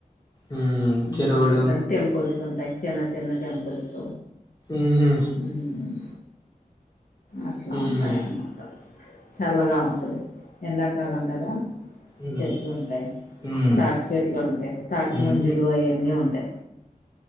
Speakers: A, on the left; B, on the left.
A: ఉమ్ చెరువులు
B: ఇంకా చూడ్డానికి టెంపుల్స్ ఉంటాయి చిన్న చిన్న టెంపుల్స్
A: ఉహు
B: మ్ అట్లా
A: ఉమ్
B: ఉంటాయన్నమాట చల్లగా ఉంటది ఎండాకాలం కదా
A: ఉమ్
B: చెట్లుంటాయ్
A: ఉమ్
B: తాటి చెట్లు ఉంటాయి తాటి
A: ఉమ్
B: మంజులు అవన్నీ ఉంటాయి